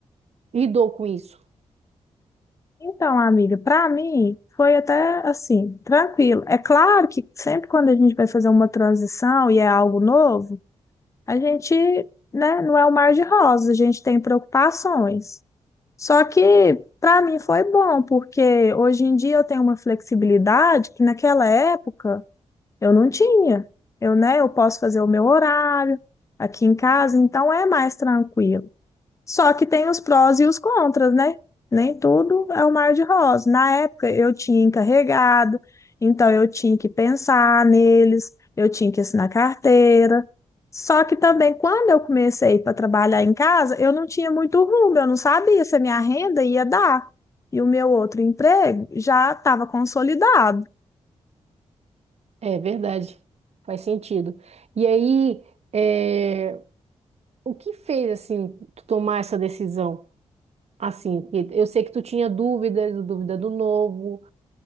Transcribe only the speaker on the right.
lidou com isso?
É verdade, faz sentido. E aí, é, o que fez assim tu tomar essa decisão? Assim, que eu sei que tu tinha dúvidas, dúvida do novo,